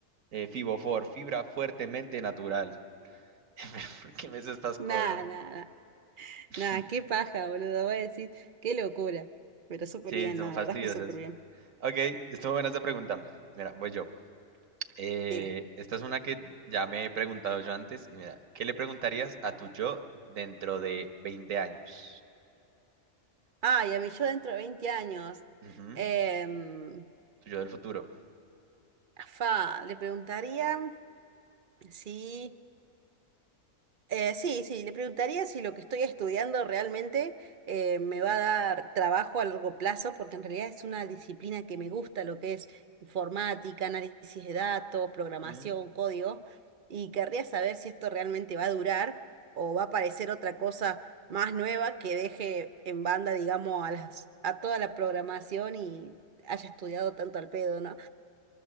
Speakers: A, on the right; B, on the right.
A: Eh, Fibofor, fibra fuertemente natural. <laughs> Pero, ¿Por qué me haces estas
B: Nada,
A: cosas?
B: nada,
A: <laughs>
B: Nada, qué paja, boludo. Voy a decir, qué locura. Pero súper
A: Sí,
B: bien,
A: son
B: nada,
A: fastidiosas.
B: la verdad es que súper bien.
A: Ok, estuvo buena esta pregunta. Mira, voy yo. Eh,
B: Dime.
A: esta es una que ya me he preguntado yo antes. y mira, ¿qué le preguntarías a tu yo dentro de 20 años?
B: Ay, a mí yo dentro de 20 años.
A: Ujú,
B: em,
A: Tu yo del futuro.
B: fa, le preguntaría si Eh, sí, sí, le preguntaría si lo que estoy estudiando realmente eh, me va a dar trabajo a largo plazo, porque en realidad es una disciplina que me gusta, lo que es informática, análisis de datos, programación,
A: Mm,
B: código, y querría saber si esto realmente va a durar o va a aparecer otra cosa más nueva que deje en banda, digamos, a las, a toda la programación y haya estudiado tanto al pedo, ¿no?